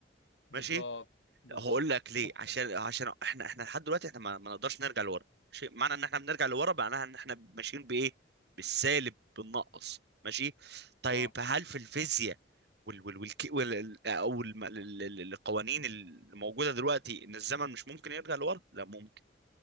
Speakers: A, on the left; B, on the right.
A: بالظبط
B: ماشي
A: بالظبط
B: هقول لك ليه
A: حط
B: عشان
A: بقى.
B: عشان احنا احنا لحد دلوقتي احنا ما, ما نقدرش نرجع لورا ماشي معنى ان احنا بنرجع لورا معناها ان احنا ماشيين بايه بالسالب بالنقص ماشي طيب
A: اه
B: هل في الفيزياء وال وال والك وال ال- او الم- ال- ال- ال- القوانين اللي موجوده دلوقتي ان الزمن مش ممكن يرجع لورا لا ممكن